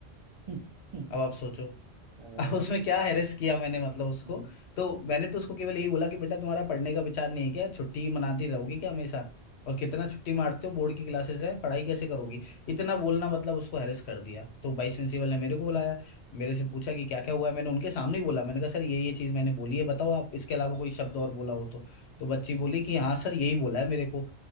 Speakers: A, on the right; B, on the left.
A: हम्म,
B: अब आप सोचो
A: हाँ
B: <laughs> अब
A: यार
B: उसमें क्या हेरेस किया मैंने मतलब उसको
A: हम्म
B: तो मैंने तो उसको केवल यही बोला कि बेटा तुम्हारा पढ़ने का विचार नहीं है क्या छुट्टी ही मनाती
A: हम्म
B: रहोगी क्या हमेशा और कितना छुट्टी मारते हो बोर्ड की क्लासेस है पढ़ाई कैसे करोगी इतना बोलना मतलब उसको हेरेस कर दिया तो वाइस प्रिंसिपल ने मेरे को बुलाया मेरे से
A: हम्म
B: पूछा
A: हम्म
B: कि क्या क्या हुआ है मैंने उनके सामने ही बोला मैंने कहा सर ये ये चीज़ मैंने बोली है बताओ आप इसके अलावा कोई शब्द और बोला हो तो तो बच्ची
A: हम्म
B: बोली कि हाँ सर यही बोला है मेरे को